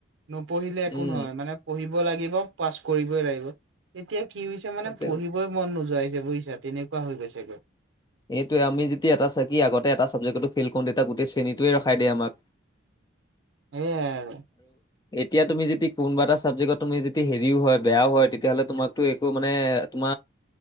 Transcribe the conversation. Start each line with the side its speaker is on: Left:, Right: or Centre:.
Right: নপঢ়িলে
Left: উম,
Right: একো নহয় মানে পঢ়িব লাগিব পাছ কৰিবই লাগিব এতিয়া কি হৈছে মানে
Left: সেইটোৱে।
Right: পঢ়িবই মন নোযোৱাইছে বুজিছা তেনেকুৱা হৈ গৈছেগৈ
Left: সেইয় আমি যেতিয়া এটা চাকি আগতে এটা চাবজে্টো ফেইল কৰো তেতিয়া গোটেই শ্ৰেণীটয়ে ৰখাই দিয় আমাক <inaudible>
Right: সেইয়াই আৰু
Left: এতিয়া তুমি যদি কোনোবা এটা চাবজেক্টত তুমি যদি হেৰিও হয় বেয়া হয় তেতিয়া'লে তোমাকতো একো মানে তম